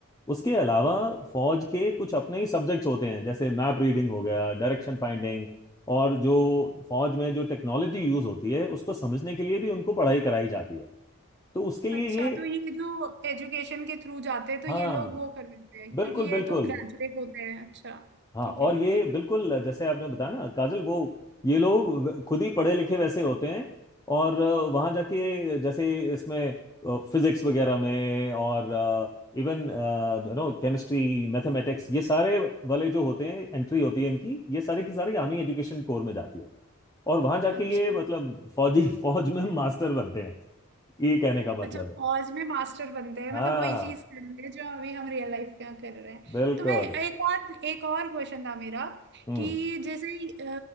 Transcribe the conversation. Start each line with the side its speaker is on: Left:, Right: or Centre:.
Left: उसके अलावा फौज के कुछ अपने ही सब्जेक्ट्स होते हैं जैसे मैप रीडिंग हो गया डायरेक्शन फाइंडिंग और जो फौज में जो टेक्नोलॉजी यूज होती है उसको समझने के लिए भी उनको पढ़ाई कराई जाती है तो उसके लिए
Right: अच्छा
Left: ये
Right: तो ये जो एजुकेशन के थ्रू जाते हैं तो
Left: हाँ
Right: ये लोग वो कर लेते हैं
Left: बिल्कुल
Right: क्योंकि
Left: बिल्कुल
Right: ये तो ग्रेजुएट होते हैं अच्छा
Left: हाँ
Right: ठीक है
Left: और
Right: ठीक
Left: ये
Right: है
Left: बिल्कुल जैसे आपने बताया ना काजल वो ये लोग व- खुद ही पढ़े लिखे वैसे होते हैं और वहां जाके जैसे इसमें फिजिक्स वगैरह में और इवन यू नो केमिस्ट्री मैथमेटिक्स ये सारे वाले जो होते हैं एंट्री होती है इनकी ये सारी की सारी आर्मी एजुकेशन कोर में जाती है और वहां जाके
Right: अच्छा
Left: ये मतलब फौजी <laughs> फौज में मास्टर बनते हैं ये कहने का मतलब
Right: अच्छा
Left: है
Right: पॉज में मास्टर बनते हैं मतलब
Left: हाँ
Right: वही चीज कर रहे हैं जो अभी हम रियल लाइफ में कर रहे हैं
Left: बिल्कुल
Right: तो मैं एक और एक और क्वेश्चन था मेरा
Left: हम्म
Right: कि जैसे अ,